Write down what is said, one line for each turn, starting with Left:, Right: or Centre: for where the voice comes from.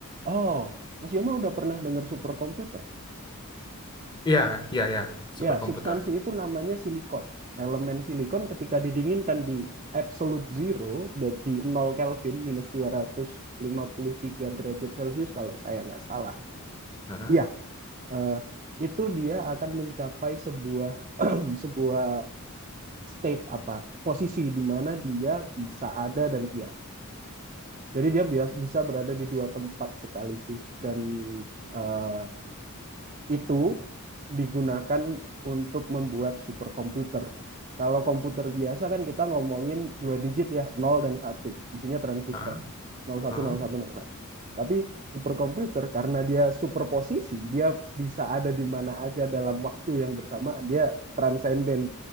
Right: Oh, Mas Yoma udah pernah dengar superkomputer?
Left: Iya, iya, iya, superkomputer.
Right: Ya, substansi itu namanya silikon. Elemen silikon ketika didinginkan di absolute zero, dan di nol Kelvin, minus dua ratus lima puluh tiga derajat Celcius kalau saya nggak salah.
Left: Heeh,
Right: Ya, eh, itu dia akan mencapai sebuah <clears throat> sebuah state apa posisi di mana dia bisa ada dan tiada. Jadi dia bias- bisa berada di dua tempat sekaligus dan eh, itu digunakan untuk membuat superkomputer. Kalau komputer biasa kan kita ngomongin dua digit ya, nol dan satu. Isinya transistor.
Left: heeh,
Right: nol nol satu
Left: heeh.
Right: nol satu nol satu. Tapi superkomputer karena dia superposisi, dia bisa ada di mana aja dalam waktu yang bersamaan. Dia transenden,